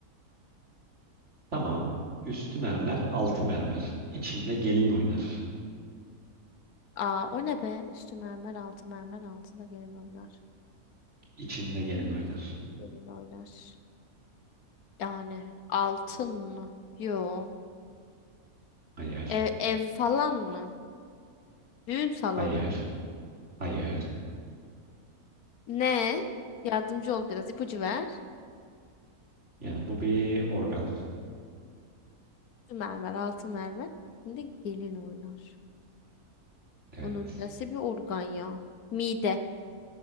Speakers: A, on the right; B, on the left.
A: Tamam. Üstü mermer altı mermer. İçinde gelin oynar.
B: Aa o ne be? Üstü mermer, altı mermer, altında gelin oynar.
A: İçinde gelin oynar.
B: İkinde gelin oynar. Yani altın mı? Yo.
A: Hayır.
B: Ev, ev falan mı? Düğün salonu.
A: Hayır. Hayır.
B: Ne? Yardımcı ol biraz, ipucu ver.
A: Yani bu bir organ.
B: Üstü mermer, altı mermer. Şimdi gelin oynar.
A: Evet.
B: Bunun nesi bir organ ya? Mide,